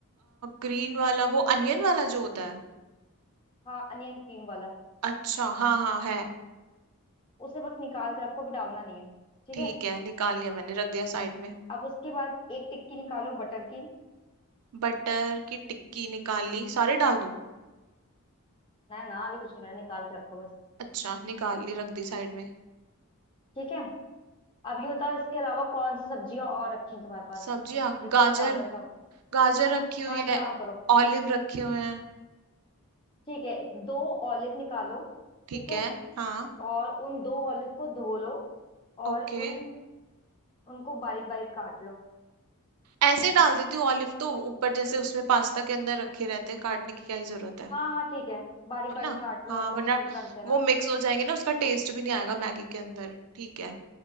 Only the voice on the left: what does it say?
हाँ अनियन क्रीम वाला
उसे बस निकाल कर रखो अभी डालना नहीं है ठीक
है
अब उसके बाद एक टिक्की निकालो बटर की
ना ना अभी कुछ नहीं करना निकाल के रखो बस
ठीक है अब ये बताओ इसके अलावा कौन सी सब्जियां और रखी हैं तुम्हारे पास
जो तुम
डालना चाहो
हाँ एक
काम करो
ठीक है दो ऑलिव निकालो
ठीक है
और उन दो ऑलिव को धो लो और
उन उनको बारीक बारीक काट लो
हाँ हाँ ठीक है बारीक
बारीक
काट
लो या
तो फिर रख देना